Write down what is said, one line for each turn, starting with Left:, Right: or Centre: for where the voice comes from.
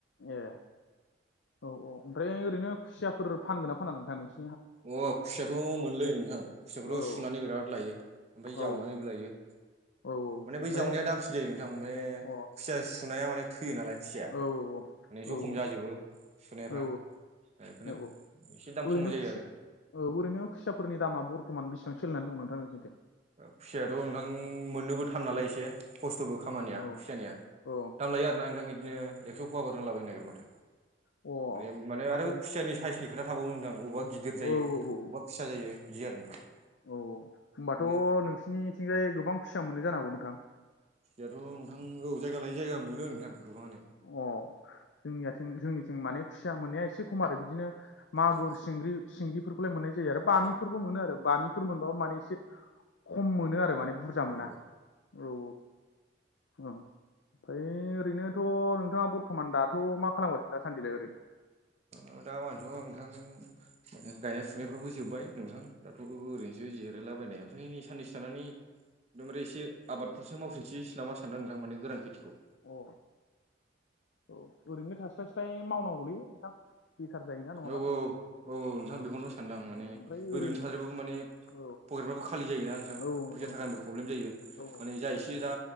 Left: ए औ औ ओमफ्राय ओरैनो खुसियाफोर फानगोन ना फाना नोंथां नोंस
Right: अ खुसियाथ' मोनलै नोंथां खुसियाखौथ'
Left: औ
Right: सुनानै बिराद लायो ओमफ्राय
Left: औ औ
Right: जावनानैबो लायो।
Left: औ
Right: माने
Left: ओमफ्राय
Right: बै जावनाया दामसिन जायो नोंथां माने
Left: अ
Right: खुसिया सुनाया माने थैयो नालाय खुसिया
Left: औ
Right: माने
Left: औ
Right: जखम जाजोबो सुनायफ्रा
Left: औ
Right: बेखौनो
Left: औ
Right: एसे दाम
Left: ओरैनो
Right: खमनाय
Left: खुसिया
Right: जायो आरो
Left: औ ओरैनो खुसियाफोरनि दामा बर्थमान बेसिबां सोलिनानै दं नोंथां जुदि
Right: खुसिायाथ' नोंथां मोननोबो थार नालाय एसे खस्थ'बो खामानिया
Left: औ
Right: खुसियानिया
Left: औ
Right: दाम लायो आरोना नोंथां इदिनो एक्स' पवाफोरार होनलाबायनो नागिरो माथो
Left: अ
Right: माने माने
Left: माथो
Right: आरो खुसियानि साइसनि खोथा थाबावो नोंथां अबा गिदिर
Left: औ
Right: जायो
Left: औ
Right: बबेबा
Left: औ औ
Right: फिसा जायो बिदि आरो नोंथां
Left: औ औ होनोमबाथ'
Right: दे
Left: नोंसिरनिथिंजाय गोबां खुसिया मोनो जानो हागौ नोंथां
Right: खिसियाथ' नोंथां औ जायगा लायै जायगा मोनो नोंथां गोबाङानो
Left: अ जोंनियाथों जोंनिथिं माने खुसिया मोननाया एसे खम आरो बिदिनो मागुर
Right: औ
Left: सिंग्रि सिंगिफोरखौलाय मोननाय जायो आरो बामिफोरबो
Right: औ
Left: मोनो आरो बामि फोर मोनबाबो माने एसे खम मोनो आरो माने बुरजा
Right: औ
Left: मोना औ औ ओमफ्राय ओरैनोथ' नोंथाङा बर्थ'मान दाथ' मा खालामगासिनो दासान्दिलाय ओरैनो
Right: ओ दा मानोथ' नोंथां गायनाय फुनायफ्रावबो जोब्बाय नोंथां दाथ' ओरैनोसो जिरायलाबायनाय ओमफ्राय नै साननैसो थानानै आमबफ्राय एसेबादफोरसो मावफिनसैस नामा सानदों नोंथां मान गोरान खेथिखौ
Left: अ औ ओरैनो थास्लायस्लाय मावनांगौलै नोंथां बेखार जायोना नङाबा
Right: औ औ औ नोंथां
Left: औ
Right: बेखौनो सानदां माने
Left: औ ओमफ्राय ओरै
Right: ओरैनो थाज्रायबाबो माने
Left: औ
Right: पकेटफ्राबो खालि जायोना नोंथां
Left: औ नंगौ
Right: फैसा
Left: नंगौ
Right: थाखानिबो प्रब्लेम जायो
Left: औ
Right: माने जाय एसे दा